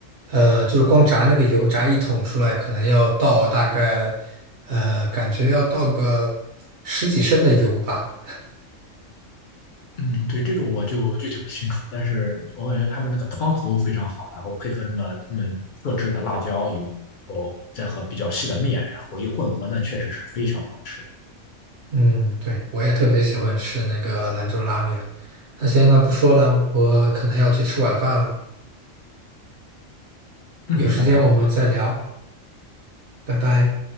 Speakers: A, on the right; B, on the left.
A: 呃，就是光炸那个油，炸一桶出来，可能要倒大概呃，感觉要倒个十几升的油吧。
B: 嗯，对，这个我就具体不清楚，但是我感觉他们那个汤头非常好，然后配合那个他们特制的辣椒油，然后再和比较细的面，然后一混合呢，确实是非常好吃。
A: 嗯，对，我也特别喜欢吃那个兰州拉面。那行，那不说了，我可能要去吃晚饭了，
B: 嗯，
A: 有时间我们再聊，
B: 拜拜。
A: 拜拜。